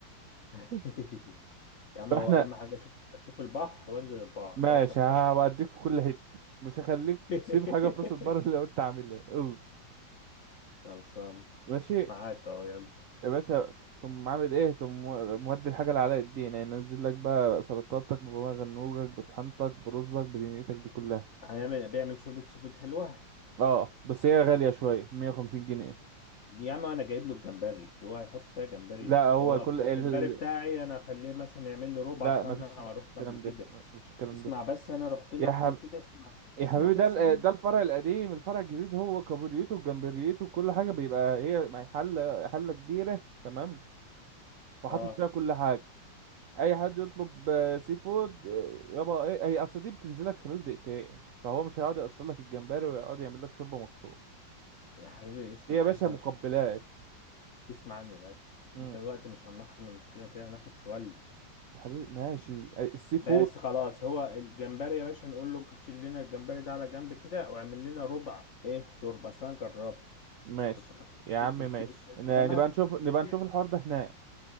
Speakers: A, on the left; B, on the right.
A: <laughs>
B: <laughs>
A: يا عم
B: فاحنا
A: هو اهم حاجه اشوف اشوف البحر وانزل البحر
B: ماشي
A: واركب طفطف
B: هوديك في كل حتة مش هخليك
A: <laughs>
B: تسيب حاجة في راس البر <laughs> لو انت عاملها اصبر
A: خلصان
B: ماشي
A: معاك اهو يلا
B: يا باشا تقوم عامل ايه تقوم مودي الحاجة اللي على الدين يعني ينزل لك بقى سلطاتك بغنوجك بطحنتك برزك بدنيتك دي كلها
A: هيعمل بيعمل شوربه سي فود حلوه
B: اه بس هي غالية شوية 150 جنيه
A: يا عم انا جايب له الجمبري هو هيحط فيها جمبري
B: لا هو
A: هو
B: كل
A: الجمبري
B: ال...
A: بتاعي انا اخليه مثلا يعمل له ربع
B: لا
A: اصلا
B: مفيش
A: انا
B: مفيش
A: رحت
B: الكلام
A: قبل كده
B: ده مفيش الكلام
A: اسمع
B: ده
A: بس انا رحت له
B: يا
A: قبل
B: حب...
A: كده اسمع
B: يا
A: اسمع
B: حبيبي
A: بس
B: ده ال-
A: مين
B: ده الفرع القديم الفرع الجديد هو كابوريته وجمبريته كل حاجة بيبقى هي مع حلة حلة كبيرة تمام وحاطط
A: اه
B: فيها كل حاجة اي حد يطلب آه، سي فود آه، يابا ايه هي اصل دي بتنزلك خلال دقيقتين فهو مش هيقعد يقشر لك الجمبري ويقعد يعمل لك شوربه مخصوص
A: يا حبيبي اسمع
B: دي يا باشا
A: احنا
B: مقبلات
A: مش اسمع عني بس
B: امم
A: انت الوقت مش هنروح إحنا مش كده كده هناخد شوال
B: يا حبيبي ماشي آه، السي فود
A: بس خلاص هو الجمبري يا باشا نقول له شيل لنا الجمبري ده على جنب كده واعمل لنا ربع ايه شوربه اصل انا جربت
B: ماشي
A: كنت رحت
B: يا عم
A: جبت
B: ماشي
A: السوق اشتريت
B: ن-
A: سمك
B: نبقى نشوف
A: ماشي
B: نبقى نشوف الحوار ده هناك